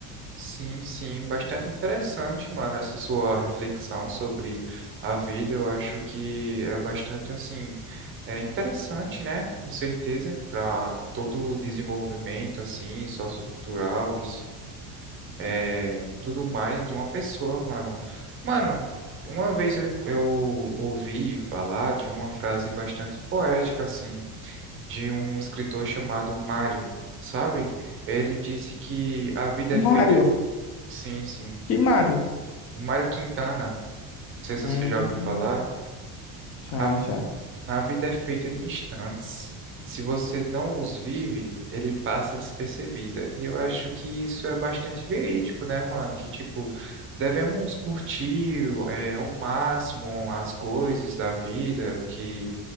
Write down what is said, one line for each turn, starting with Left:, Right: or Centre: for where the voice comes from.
Right: Sim, sim, bastante interessante, mano, essa sua reflexão sobre a vida. Eu acho que é bastante assim, é interessante, né? Com certeza, para todo o desenvolvimento assim, sociocultural e é, tudo mais de uma pessoa, mano. Mano, uma vez eu, eu ouvi falar de uma frase bastante poética, assim, de um escritor chamado Mário, sabe? Ele disse que a vida
Left: Mário,
Right: é feita. Sim, sim.
Left: que Mário?
Right: Mário Quintana, não sei se
Left: Hum,
Right: você já ouviu falar.
Left: já,
Right: A
Left: já.
Right: A vida é feita de instantes. Se você não os vive, ele passa despercebida. E eu acho que isso é bastante verídico, né, mano? Que, tipo, devemos curtir é, ao máximo as coisas da vida que